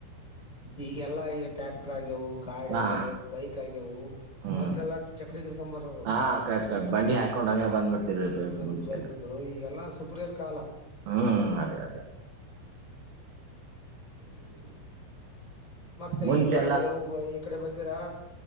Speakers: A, on the left (about 15°); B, on the right (about 55°).
A: ಈಗೆಲ್ಲಾ ಈಗ ಟ್ಯಾಕ್ಟರ್ ಆಗ್ಯಾವು ಗಾಡಿ
B: ಹಾ
A: ಆಗ್ಯವು ಬೈಕ್ ಆಗ್ಯಾವು
B: ಹ್ಮ್
A: ಮೊದ್ಲೆಲ್ಲ ಚಕ್ಕಡಿ ಕಡ್ಕೊಂಬರರು
B: ಹಾ ಕರೆಕ್ಟ್ ಕರೆಕ್ಟ್ ಬಂಡಿ ಹಾಕೊಂಡ್ ಹಂಗೆ ಬಂದ್ಬಿಡ್ತಿದ್ವಿ
A: ಹು ಒಂದ್
B: ಮುಂಚೆ
A: ಬರ್ತದ್ರು ಈಗೆಲ್ಲಾ ಸುಪ್ರಿಯರ್ ಕಾಲ
B: ಹು ಅದೇ ಅದೇ
A: ಹು ಹು ಮತ್ತೆ
B: ಮುಂಚೆ
A: ಈಗ ಬರೋದುವು ಈ ಕಡೆ ಬರ್ತೀರಾ